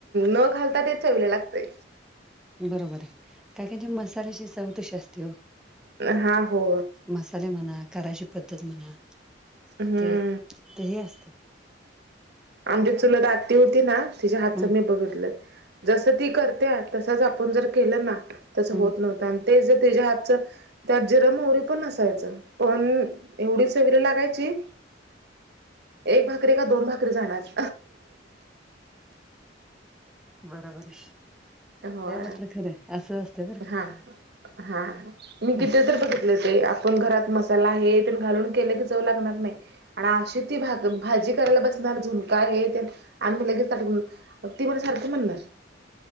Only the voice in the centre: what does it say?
बरोबर आहे. काही काहीची मसाल्याची चव तशी असते हो.
मसाले म्हणा करायची पद्धत म्हणा
ते तेही असते.
हम्म
हम्म
बरोबर
हे मात्र खरं आहे असं असतं बरं
का
काय